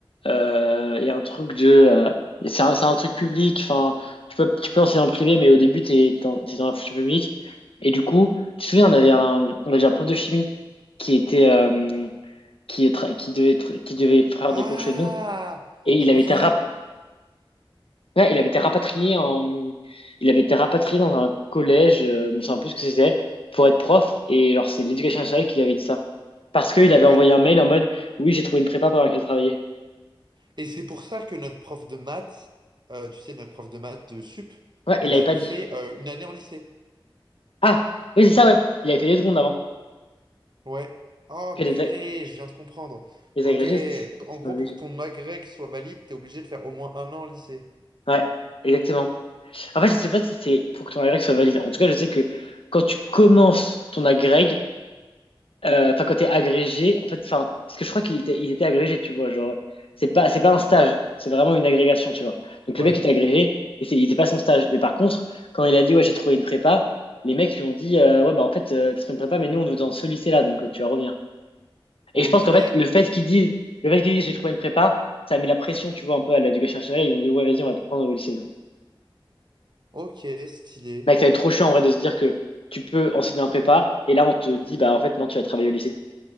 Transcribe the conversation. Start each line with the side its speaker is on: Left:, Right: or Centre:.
Left: euh, il y a un truc de. euh, c'est un, c'est un truc public, enfin, tu peux, tu peux enseigner en privé, mais au début, t'es, t'es dans t'es dans la fonction publique. Et du coup, tu te souviens, on avait un, on avait un prof de chimie qui était. euh, qui, est tra- qui, devait, tra- qui devait faire
Right: Ah,
Left: des cours chez nous. Et il
Right: je
Left: avait
Right: m'en souviens.
Left: été, rap- ouais, il avait été rapatrié en... il avait été rapatrié dans un collège, euh, je me souviens plus ce que c'était, pour être prof. Et alors, c'est l'éducation nationale qui lui avait dit ça. Parce qu'il avait envoyé
Right: Ouais.
Left: un mail en mode, oui, j'ai trouvé une prépa pendant laquelle travailler.
Right: Et c'est pour ça que notre prof de maths, euh, tu sais notre prof de maths de sup,
Left: Ouais,
Right: il
Left: il l'avait
Right: a
Left: pas dit.
Right: fait euh, une année en lycée.
Left: Ah, oui, c'est ça, ouais. Il avait fait deux secondes avant.
Right: Ouais. Oh
Left: Puis les,
Right: purée,
Left: a-
Right: je viens de comprendre.
Left: les
Right: Ok.
Left: agrégés, c'est
Right: En
Left: c'est
Right: gros
Left: pas obligé.
Right: pour que ton agrég soit valide, t'es obligé de faire au moins un an en lycée.
Left: Ouais, exactement. En fait, je sais pas si c'est pour que ton agrég soit valide. En tout cas, je sais que quand tu commences ton agrég, Euh, Enfin, quand t'es agrégé, en fait, enfin, parce que je crois qu'il était, il était agrégé, tu vois, genre, c'est pas, c'est pas un stage, c'est vraiment une agrégation, tu vois. Donc
Right: Ouais.
Left: le mec était agrégé et c'est- il était pas son stage. Mais par contre, quand il a dit ouais, j'ai trouvé une prépa, les mecs lui ont dit euh, ouais bah en fait euh, t'as trouvé une prépa, mais nous on te veut dans ce lycée-là, donc euh, tu vas revenir.
Right: Ok,
Left: Et je pense qu'en fait le fait qu'ils disent, le fait qu'ils disent j'ai trouvé une prépa, ça a mis la pression, tu vois, un peu à l'éducation nationale. Ils ont dit ouais vas-y on va te prendre au lycée.
Right: ok, stylé.
Left: Mec, ça va être trop chiant en vrai de se dire que tu peux enseigner un prépa et là on te dit bah en fait non tu vas travailler au lycée.